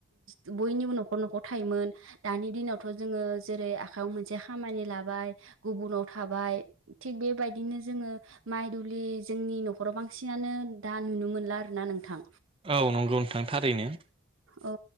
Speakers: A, on the right; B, on the right.
A: बयनि उनाव न'खर न'खर थायोमोन दानि दिनावथ' जोङो जेरै आखयाव मोनसे खामानि लाबाय गुबुनाव थाबाय थिग बेबायदिनो जोङो माइ दुलि जोंनि न'खराव बांसिनानो दा नुनो मोनला आरो ना नोंथां
B: औ नंगौ नोंथां थारैनो
A: औ